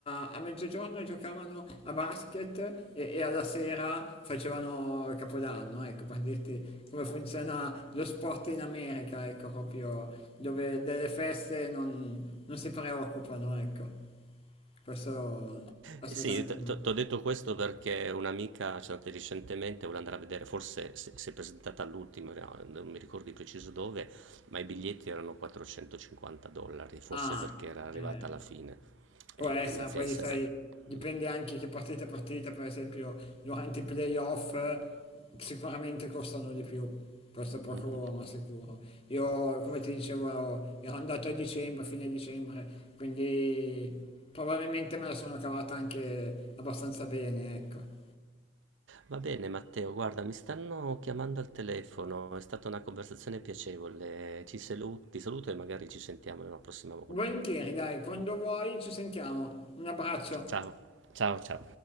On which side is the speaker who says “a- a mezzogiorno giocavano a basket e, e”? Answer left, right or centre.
Left